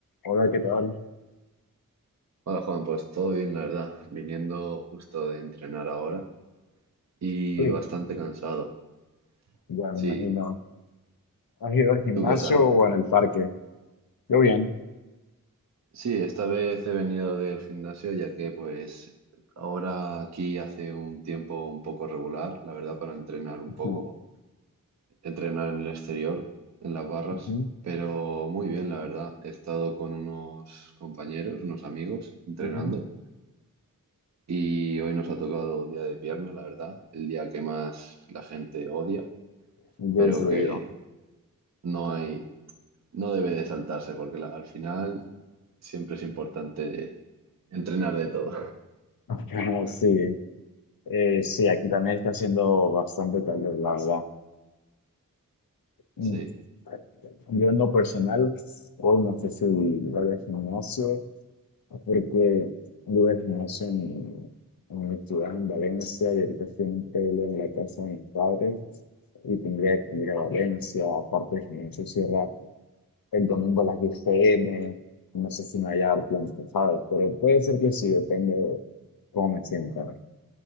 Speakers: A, on the left (about 80°); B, on the right (about 50°).
A: Hola, ¿qué tal?
B: Hola Juan, pues todo bien, la verdad, viniendo justo de entrenar ahora y
A: Sí,
B: bastante cansado.
A: ya
B: Sí,
A: me imagino. ¿Has ido al gimnasio
B: ¿tú qué tal?
A: o en el parque? Yo bien.
B: Sí, esta vez he venido del gimnasio ya que pues ahora aquí hace un tiempo un poco regular, la verdad, para entrenar un poco,
A: Ujú,
B: entrenar en el exterior, en las barras,
A: ujú,
B: pero muy bien, la verdad. He estado con unos compañeros, unos amigos, entrenando.
A: ujú.
B: Y hoy nos ha tocado día de pierna, la verdad, el día que más la gente odia.
A: Yo
B: pero
A: incluido.
B: que no hay, no debe de saltarse porque la- al final siempre es importante entrenar de todo.
A: <laughs> Pero sí, eh, sí, aquí también está haciendo bastante calor, la verdad.
B: Sí,
A: Mm. Yo en lo personal, hoy no sé si voy al gimnasio, porque yo voy al gimnasio en, en mi ciudad, en Valencia, y ahorita estoy en un pueblo en la casa de mis padres, y tendría que ir a Valencia, aparte el gimnasio cierra el domingo a las 10 pm, no sé si me vaya a dar tiempo, ¿sabes? Pero puede ser que sí, depende de cómo me sienta.